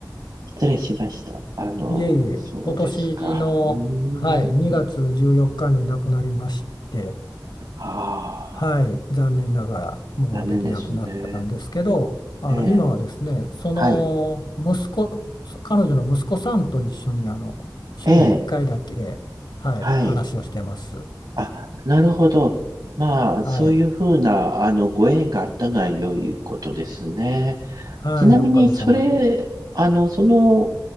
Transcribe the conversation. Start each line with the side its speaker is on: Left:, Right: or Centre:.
Right: 失礼しました。あの、
Left: いえいえ、
Right: そうですか。
Left: 今年の、
Right: うーん。
Left: はい、2月14日に亡くなりまして、
Right: あ
Left: はい、
Right: あ、
Left: 残念ながらもうできなくなったんですけど、
Right: 残念ですね。
Left: あの、
Right: ええ、
Left: 今はですね、その息子、
Right: はい、
Left: 彼女の息子さんと一緒に、あの、週に1回だけ、
Right: ええ、
Left: はい、
Right: はい。
Left: 話をしてます。
Right: あ、なるほど。まあ、
Left: はい、
Right: そういうふうな、あの、ご縁があったのは良いことですね。
Left: はい、
Right: ちなみに、
Left: おかげさまで。
Right: それ、あの、その